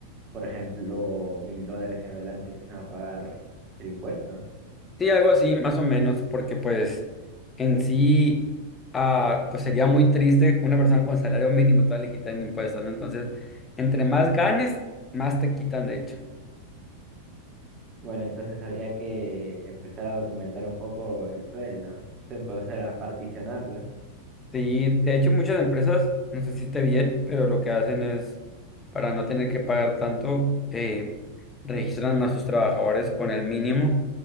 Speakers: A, on the right; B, on the left.
A: por ejemplo, mil dólares en adelante empiezan a pagar el impuesto.
B: Sí, algo así, más o menos, porque pues en sí, ah, pues sería muy triste que una persona con salario mínimo todavía le quitan impuestos, ¿no? Entonces, entre más ganes, más te quitan, de hecho.
A: Bueno, entonces habría que empezar a documentar un poco el sueldo, empezar a particionarlo.
B: Sí, de hecho, muchas empresas, no sé si esté bien, pero lo que hacen es, para no tener que pagar tanto, eh, registran a sus trabajadores con el mínimo